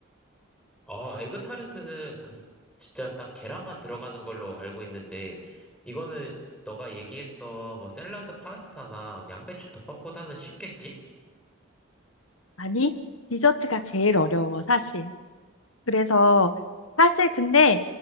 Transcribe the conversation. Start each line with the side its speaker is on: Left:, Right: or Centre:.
Centre: 어, 에그타르트는 그- 진짜 딱 계란만 들어가는 걸로 알고 있는데, 이거는 너가 얘기했던 뭐 샐러드 파스타나 양배추 덮밥보다는 쉽겠지?
Left: 아니, 디저트가 제일 어려워, 사실. 그래서 사실 근데